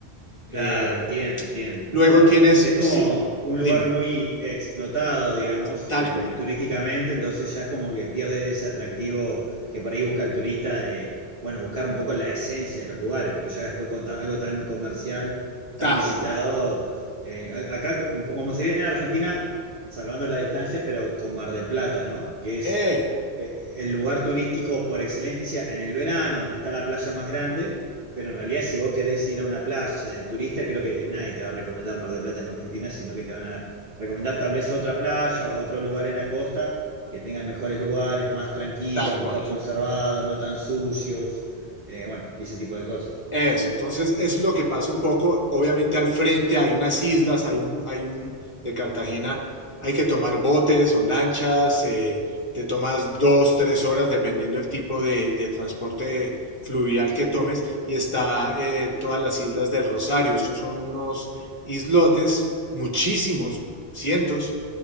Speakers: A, on the right (about 55°); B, on the left (about 25°).
A: Claro,
B: Eh,
A: entiendo, entiendo,
B: luego
A: claro.
B: tienes,
A: Es como
B: sí,
A: un
B: dime,
A: lugar muy explotado, digamos,
B: tal
A: eh,
B: cual,
A: turísticamente, entonces ya es como que pierde ese atractivo que por ahí busca el turista de, bueno, buscar un poco la esencia de los lugares, porque ya después con ta- algo tan comercial, tan
B: tal
A: visitado,
B: cual,
A: eh, a- acá como, como se ve en Argentina, salvando las distancias, pero con Mar del Plata, ¿no? Que es
B: eh,
A: eh, el lugar turístico por excelencia en el verano, donde está la playa más grande pero en realidad, si vos querés ir a una playa de turista, creo que nadie te va a recomendar Mar del Plata en Argentina, sino que te van a recomendar tal vez otra playa o otro lugar en la costa que tenga mejores lugares, más tranquilos,
B: tal
A: mejor
B: cual.
A: conservados, no tan sucios, eh, bueno, y ese tipo de cosas.
B: Eso, entonces es lo que pasa un poco. Obviamente al frente hay unas islas, hay un, hay un de Cartagena, hay que tomar botes o lanchas, eh, te tomas dos, tres horas dependiendo del tipo de, de transporte fluvial que tomes y está eh, todas las islas del Rosario. Estos son unos islotes, muchísimos, cientos,